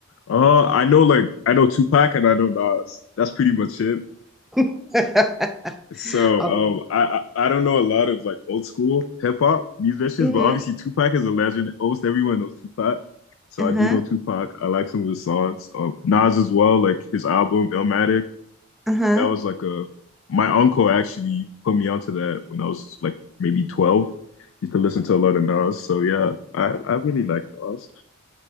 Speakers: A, on the left; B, in the centre.
A: Uh, I know like I know Tupac and I know Nas. That's pretty much it.
B: <laughs>
A: So
B: Oh,
A: um, I I I don't know a lot of like old school hip hop musicians,
B: hmm
A: but obviously Tupac is a legend. Almost everyone knows Tupac. So
B: Uh-huh.
A: I do know Tupac. I like some of his songs. Um, Nas as well, like his album Illmatic.
B: Uh-huh.
A: That was like a my uncle actually put me onto that when I was like maybe 12. Used to listen to a lot of Nas. So yeah, I I really like Nas.